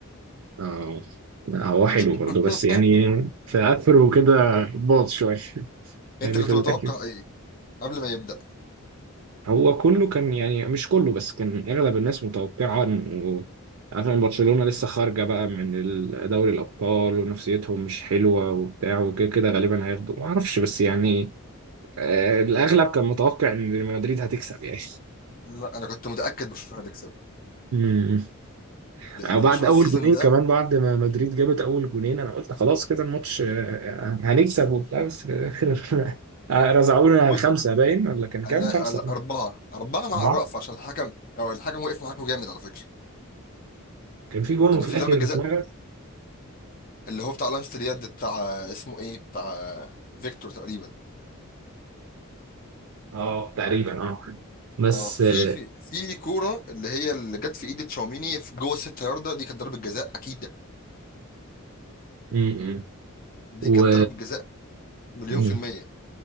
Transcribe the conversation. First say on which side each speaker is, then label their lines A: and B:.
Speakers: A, on the right; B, on the left.
A: اه لا، هو حلو
B: <laughs>
A: برضه بس يعني في اخره كده باظ شوية يعني
B: انت كنت
A: في الاخر
B: متوقع ايه قبل ما يبدا
A: هو كله كان يعني مش كله بس كان اغلب الناس متوقعة انه عشان برشلونة لسه خارجة بقى من ال- دوري الابطال ونفسيتهم مش حلوة وبتاع وكده كده غالبا هياخدوا ما اعرفش بس يعني آه، الاغلب كان متوقع ان مدريد هتكسب يعني
B: لا انا كنت متاكد برشلونه هتكسب
A: حتى
B: لان
A: او بعد
B: برشلونه
A: اول
B: السيزون
A: جونين
B: ده
A: كمان بعد ما مدريد جابت اول جونين انا قلت خلاص كده الماتش آه، آه، هنكسب وبتاع بس في الاخر <laughs> رزعونا
B: بص
A: خمسه باين ولا كان كام
B: انا
A: خمسه
B: ال- اربعه اربعه مع
A: اربعه
B: الرأفة عشان الحكم او الحكم وقف معاكم جامد على فكره
A: كان في جون
B: يعني
A: وفي
B: في
A: الاخر
B: ضربه جزاء
A: اتلغى
B: اللي هو بتاع لمسه اليد بتاع اسمه ايه بتاع فيكتور تقريبا
A: اه تقريبا اه بس
B: اه في
A: آه،
B: في في كوره اللي هي اللي جت في ايد تشاوميني في جوه الست ياردة دي كانت ضربه جزاء اكيده
A: م- م.
B: دي
A: و
B: كانت ضربه جزاء مليون
A: م-
B: في المية